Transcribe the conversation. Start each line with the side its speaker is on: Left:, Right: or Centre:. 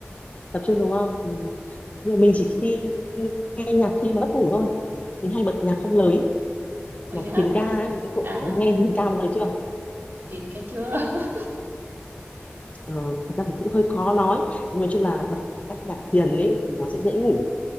Left: tập trung đúng không ừ. nhưng mà mình chỉ khi nghe nhạc khi mà mất ngủ thôi mình hay bật nhạc không lời ấy.
Right: ôi
Left: nhạc
Right: vậy hả
Left: thiền ca ấy những cậu
Right: à
Left: nghe thiền ca một lần chưa
Right: thiền cái chưa <laughs>
Left: ờ, thật ra là cũng hơi khó nói nhưng mà chung là bật các nhạc thiền ấy thì nó sẽ dễ ngủ